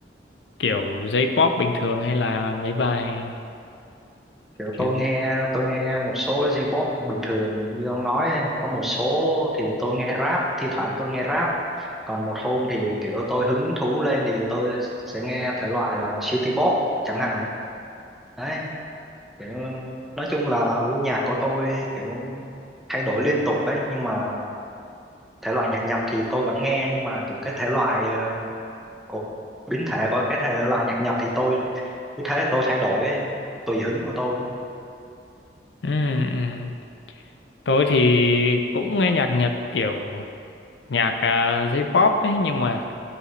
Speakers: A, on the left; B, in the centre.
A: Kiểu J-pop bình thường hay là mấy bài
B: Kiểu
A: kiểu
B: tôi
A: gì?
B: nghe tôi nghe một số J-pop bình thường như ông nói ấy. có một số thì tôi nghe rap thi thoảng tôi nghe rap còn một hôm thì kiểu tôi hứng thú lên thì tôi sẽ nghe thể loại là city pop chẳng hạn đấy kiểu nói chung là gu nhạc của tôi kiểu thay đổi liên tục ấy nhưng mà thể loại nhạc Nhật thì tôi vẫn nghe nhưng mà kiểu cái thể loại ờ, của biến thể của cái thể loại nhạc Nhật thì tôi cứ thế tôi thay đổi ấy, tùy hứng của tôi
A: ừ, ừ. tôi thì cũng nghe nhạc Nhật kiểu nhạc à, J-pop ấy nhưng mà